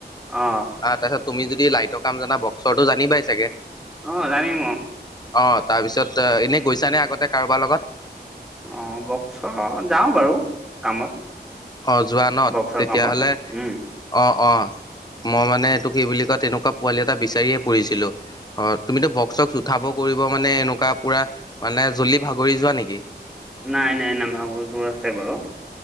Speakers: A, in the centre; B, on the left.
A: অহ
B: তাৰপিছত তুমি যদি লাইটৰ কাম জানা বস্ক' চৰটো জানিবাই চাগে
A: অ জানিম অ
B: অ তাৰপিছত এনে গৈছানে আগতে কাৰোবাৰ লগত?
A: অ বক্স যাও বাৰু কামত।
B: অ যোৱান
A: বক্সৰ
B: তেতিয়াহলে
A: কামত উম
B: অ অ। মই মানে এইটো কি বুলি কয় তেনেকুৱা পোৱালি এটা বিচাৰিয়ে ফুৰিছিলোঁ। হয় তুমিতো বক্স চক্স উঠাব কৰিব মানে এনেকুৱা পুৰা মানে জল্লি ভাগৰি যোৱা নেকি?
A: নাই নাই নাভাগো জোৰ আছে বাৰু।